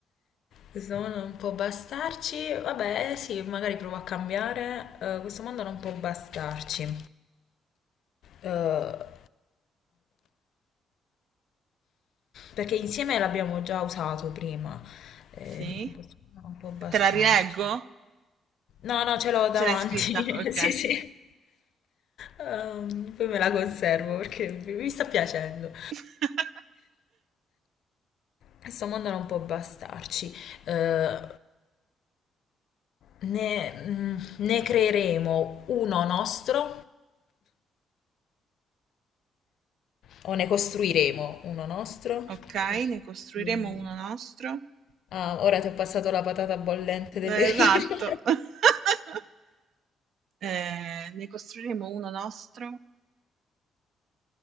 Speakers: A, on the left (about 70°); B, on the right (about 70°).
A: Questo mondo non può bastarci. Vabbè, sì, magari provo a cambiare. Eh, questo mondo non può bastarci. Eh, allora, perché insieme l'abbiamo già usato prima. Eh,
B: Sì?
A: questo mondo non può bastarci.
B: Te la rileggo?
A: No, no, ce l'ho davanti.
B: Ce l'hai scritta? Ok.
A: <laughs> Sì, sì. Ehm, poi me la conservo perché mi mi sta piacendo.
B: <laughs>
A: Questo mondo non può bastarci. Eh, ne, mm, ne creeremo uno nostro o ne costruiremo uno nostro?
B: Ok,
A: Cos-
B: ne costruiremo
A: Mm.
B: uno nostro.
A: Ah, ora ti ho passato la patata bollente delle
B: Eh,
A: rime.
B: Esatto. <laughs> Eh, ne costruiremo uno nostro.